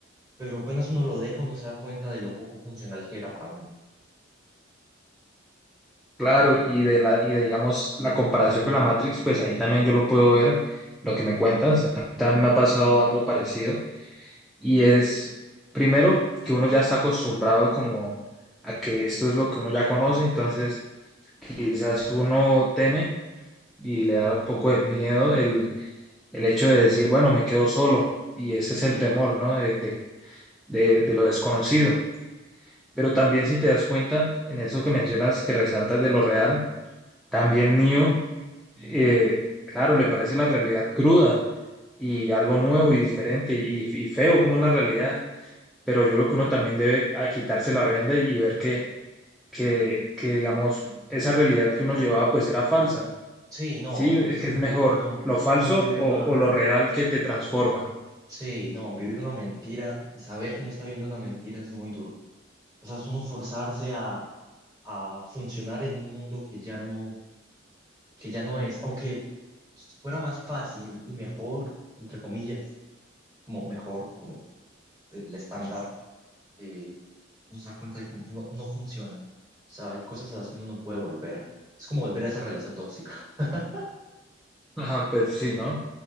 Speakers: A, on the right; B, in the centre.
A: pero apenas uno lo deja, uno se da cuenta de lo poco funcional que era para uno.
B: Claro, y de la, y de, digamos, la comparación con la Matrix, pues ahí también yo lo puedo ver, lo que me cuentas. A mí también me ha pasado algo parecido. Y es, primero, que uno ya está acostumbrado como a que esto es lo que uno ya conoce, entonces quizás uno teme y le da un poco de miedo el el hecho de decir, bueno, me quedo solo, y ese
A: Sí,
B: es el temor, ¿no? De, de, de, de lo desconocido. Pero también si te das cuenta, en eso que mencionas, que resaltas de lo real, también Neo, eh, claro, le parece la realidad cruda y algo nuevo y diferente y, y feo como es la realidad, pero yo creo que uno también debe a quitarse la venda y ver que, que, que, digamos, esa realidad que uno llevaba pues era falsa,
A: sí, no,
B: ¿sí? Es
A: sentir
B: Que es mejor
A: que uno,
B: lo falso
A: uno vive
B: o,
A: una,
B: o lo real que te transforma.
A: sí, no, vivir una mentira y saber que uno está viendo una mentira es muy duro. O sea, es uno forzarse a, a funcionar en un mundo que ya no que ya no es, aunque fuera más fácil y mejor, entre comillas, como mejor, como el estándar, eh, uno se da cuenta de que no, no funciona. O sea, hay cosas a las que uno no puede volver. Es como volver a esa relación tóxica. <laughs>
B: Ajá, pues sí, ¿no?